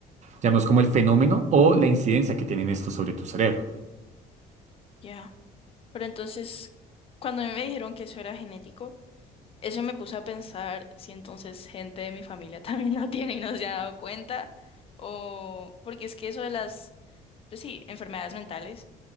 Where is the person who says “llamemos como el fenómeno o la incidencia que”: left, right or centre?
Right